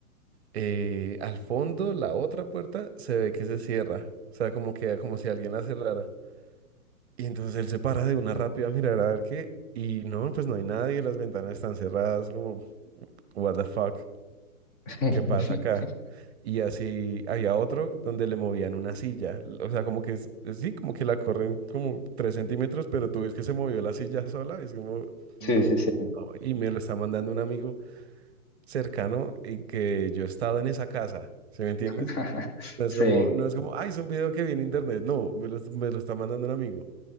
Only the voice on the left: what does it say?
<laughs>
Sí,
sí, sí.
<laughs>
Sí,